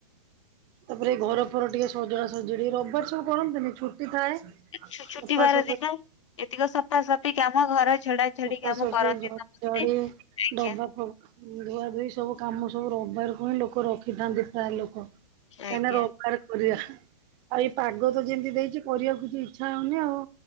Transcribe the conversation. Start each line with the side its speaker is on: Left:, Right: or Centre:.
Right: ତାପରେ ଏଇ ଘର ଫର ଟିକେ ସଜଡା ସଜଡି ରବିବାର ତୁ କରନ୍ତୁନି ଛୁଟି ଥାଏ ସଫାସଫି
Left: ଛୁ- ଛୁଟିବାର ଦିନ ଏତିକ ସଫାସଫି କାମ ଘର ଝଡା ଝଡି
Right: ସଫାସଫି
Left: କାମ କରନ୍ତି
Right: ଝଡ଼ାଝଡ଼ି
Left: ସମସ୍ତେ ଆଜ୍ଞା
Right: ଡବା ଫବା ଧୁଆ ଧୋଇ ସବୁ କାମ ସବୁ ରବିବାର କୁ ହିଁ ଲୋକ ରଖିଥାନ୍ତି ପ୍ରାୟ ଲୋକ କାହିଁକି
Left: ଆଜ୍ଞା।
Right: ନା ରବିବାରେ କରିବା ଆଉ ଏଇ ପାଗ ତ ଯେମତି ଦେଇଛି କରିବାକୁ କିଛି ଇଛା ହଉନି ଆଉ।